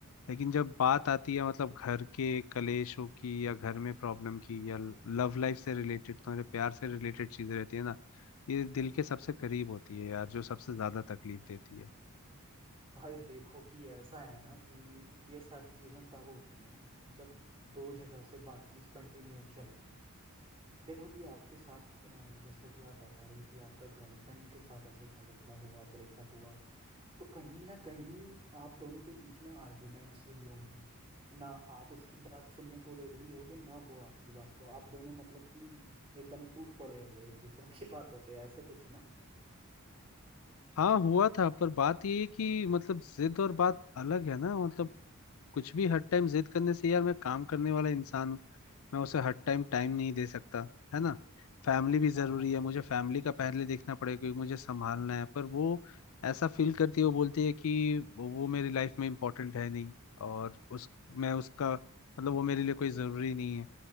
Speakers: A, on the left; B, on the right.
A: लेकिन जब बात आती है मतलब घर के कलेशों की या घर में प्रॉब्लम की या लव लाइफ से रिलेटेड तुम्हारे प्यार से रिलेटेड चीजें रहती है ना ये दिल के सबसे करीब होती है यार जो सबसे ज्यादा तकलीफ देती है
B: भाई देखो कि ऐसा है ना कि ये सारी चीजें तब होती है ना जब दो जगह से बातचीत कंटिन्यूअस चल रही हो देखो कि आपके साथ अ, जैसा कि आप बता रहे हो कि आपका गर्लफ्रेंड के साथ ऐसे झगड़ा हुआ ब्रेकअप हुआ तो कहीं ना कहीं आप दोनों के बीच में आर्ग्यूमेंट्स हुई होंगी ना आप उसकी बात सुनने को रेडी होगे ना वो आपकी बात को आप दोनों मतलब कि एकदम टूट पड़े होगे एक दूसरों की <laughs> बातों पे ऐसे कुछ ना
A: हाँ हुआ था पर बात ये है कि मतलब जिद और बात अलग है ना मतलब कुछ भी हर टाइम जिद करने से यार मैं काम करने वाला इंसान हूँ मैं उसे हर टाइम टाइम नहीं दे सकता है ना फैमिली भी
B: हाँ
A: जरूरी
B: हाँ
A: है मुझे फैमिली का पहले देखना पड़ेगा क्योंकि मुझे संभालना है पर वो ऐसा फील करती है वो बोलती है कि वो वो मेरी लाइफ में इम्पोर्टेंट है नहीं और उस मैं उसका मतलब वो मेरे लिए कोई ज़रूरी नहीं है